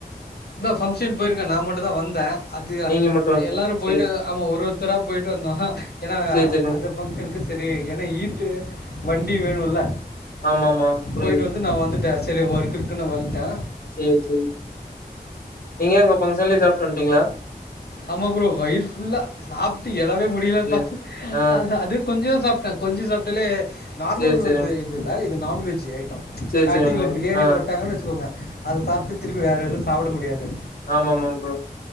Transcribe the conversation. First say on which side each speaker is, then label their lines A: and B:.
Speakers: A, on the left; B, on the left.
A: இந்தா ஃபங்க்ஷன் போயிருக்கா நா மட்டுதா வந்தே அது
B: நீங்க மட்டும் வந்ட்டீங்க.
A: எல்லாரு போயிட்டு
B: சேரி
A: ஆமா ஒரு ஒருத்தரா போயிட்டு வந்தோ ஏனா
B: சேரி சேரிங்க
A: அந்த
B: ப்ரோ.
A: ஃபங்க்ஷனுக்கு சரி ஏன்னா ஹீட்டு வண்டி வேணுல்ல
B: ம்மாமா ப்ரோ
A: போயிட்டு
B: புரியுது.
A: வந்து நா வந்துட்ட சரி ஒர்க் இருக்குன் வந்ட்டே
B: சரி சரி நீங்க அங்க ஃபங்க்ஷன்லே சாப்ட்டு வந்ட்டீங்ளா
A: ஆமா ப்ரோ வயிறு ஃபுல்லா சாப்ட்டு எழவே முடியலப்பா
B: சேரி. ஆ
A: அததா அது கொஞ்சோ சாப்பிட்டே கொஞ்சோ சாப்பிட்டாலே நார்மல்
B: சேரி சேரிங்க.
A: வந்து இது இல்ல இது நான்வெஜ் ஐட்டோ
B: சேரி
A: ஸ்டார்டிங்ல
B: சேரிங்க ப்ரோ.
A: பிரியாணி
B: ஆ
A: போட்டாங்கன்னு வச்சுக்கோங்க அத சாப்பிட்டு திருப்பி வேற எதுவு சாப்பிட முடியாது
B: ஆமா ஆமாங்க ப்ரோ